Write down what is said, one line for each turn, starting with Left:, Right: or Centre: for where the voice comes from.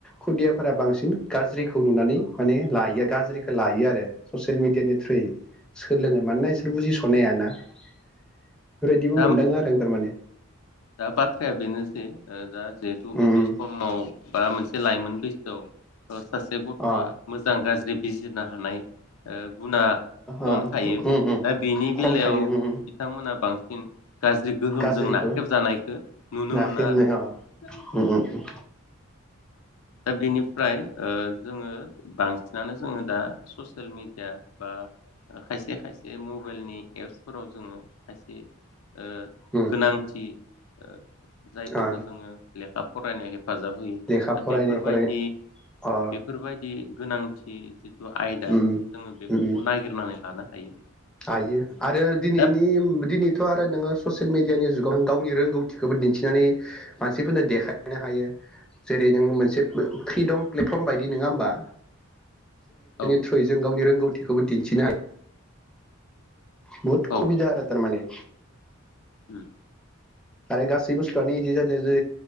Centre: खुदियाफोरा बांसिन गाज्रिखौ नुनानै माने लायो गाज्रिखौ गाज्रिखौ लायो आरो ससियेल मिडियानि
Left: औ
Centre: थ्रुयै। सोलोङो मानोना इसोर बुजिस'नो हायाना। बेफोरबायदिबो
Left: दा
Centre: मोनदाङो आरो आं तारमाने।
Left: दा बाथ्राया बेनो जे ओ दा जिहेथु
Centre: उम
Left: उन्दै
Centre: उम
Left: समाव बा मोनसे लाइमोन बैसोआव ओ सा बे गथ'आ
Centre: अ
Left: मोजां गाज्रि बे बिजोरनो हानाय ओ गुना खम
Centre: अ
Left: थायो
Centre: उम उम
Left: दा बेनि बेलायाव
Centre: खम थायो उम
Left: बिथांमोना बां <unintelligible> गाज्रि गोहोमजों
Centre: गाज्रिखौ
Left: ना जानायखौ नुनो
Centre: नाख्रेबनो
Left: मोनो आरो
Centre: अ उम उम
Left: दा बेनिफ्राय ओ जोङो बांसिनानो जोङो दा ससियेल मेडिया बा खायसे खायसे मबाइलनि एपसफोराव जोङो खायसे ओ
Centre: उम
Left: गोनांथि ओ जायफोरखो
Centre: अ
Left: जोङो लेखा फरायनायनि हेफाजाब होयो
Centre: लेखा
Left: दा
Centre: फरायनाय
Left: बेफोरबायदि
Centre: फराय अ
Left: बेफोरबायदि गोनांथि जिथु आयदा
Centre: ओम-ओम-ओम
Left: जोङो बेफोरखौ नागिरनानै लानो हायो
Centre: हायो आरो दिनैनि
Left: दा
Centre: दिनैथ आरो नोङो ससियेल मिडियानि जुगाव गावनि रोंगौथिखौबो दिन्थिनानै मानसिफोरनो देखायनो हायो जेरै नों मोनसे फ्रिदम प्लेटफर्म बायदि नोङा होमबा
Left: औ
Centre: थ्रयै जों गावनि रोंगौथि थिखौबो दिन्थिनो हायो बुहुत
Left: औ
Centre: खुबिदा आरो थारमाने
Left: ओम
Centre: आरो गासै बुस्थुआनो इदि जादो जे